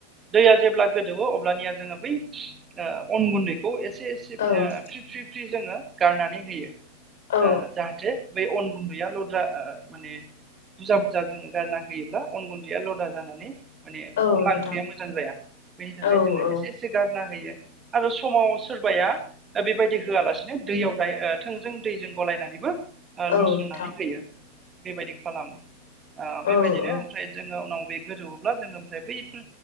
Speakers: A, on the right (about 20°); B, on the left (about 60°).
A: दैया जेब्ला गोदौवो अब्लानिया जोङो बै ओ अन गुन्दैखौ एसे से
B: औ
A: या फ्रि फ्रि जोंओ गारनानै होयो
B: औ
A: आ जाहाथे बे अन गुन्दैया लद्रा आ माने बुजा बुजा जों गारना होयोब्ला अन गुन्दैया लदा जानानै माने
B: औ
A: अनला
B: नोंथां
A: ओंख्रिया मोजां जाया बेनि थाखाय
B: औ
A: जोङो
B: औ
A: एसे एसे गारना होयो। आरो समाव सोरबाया ओ बेबायदि होआलासिनो दैयाव दायो थोंजों दैजों गलायनानैबो ओ
B: औ
A: लुसननानै
B: नोंथां
A: होयो बेबायदि खालामो आ
B: औ
A: बेबायदिनो
B: औ
A: ओमफ्राय जोङो उनाव बे गोजौब्ला जोंङो ओमफ्राय बैफोर